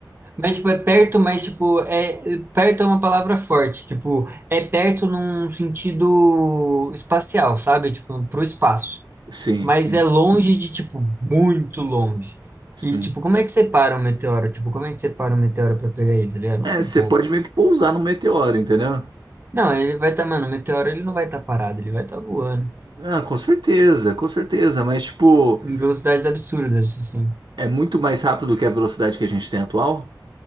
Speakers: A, on the right; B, on the right.
A: Mas, tipo, é perto, mas, tipo, é... Perto é uma palavra forte. Tipo, é perto num sentido espacial, sabe? Tipo, pro espaço.
B: Sim,
A: Mas
B: sim,
A: é longe de, tipo, muito longe.
B: sim.
A: E, tipo, como é que separa um meteoro? Tipo, como é que separa um meteoro pra pegar ele, tá ligado? Não
B: É,
A: tem
B: você
A: como.
B: pode meio que pousar no meteoro, entendeu?
A: Não, ele vai estar, tá, mano, o meteoro, ele não vai estar parado, ele vai estar voando.
B: Ah, com certeza, com certeza, mas tipo,
A: Em velocidades absurdas, assim.
B: é muito mais rápido do que a velocidade que a gente tem atual?